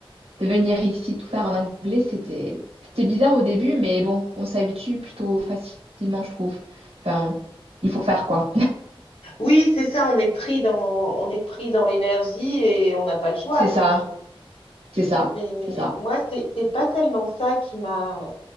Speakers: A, on the right; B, on the left.
A: de venir ici tout faire en anglais, c'était c'était bizarre au début, mais bon, on s'habitue plutôt facilement, je trouve. Enfin, il faut faire quoi.
B: Oui, c'est ça, on est pris dans, on est pris dans l'énergie et on n'a pas le choix.
A: C'est
B: Donc,
A: ça,
B: euh,
A: c'est ça,
B: mais
A: c'est ça.
B: moi, c'est, c'est pas tellement ça qui m'a,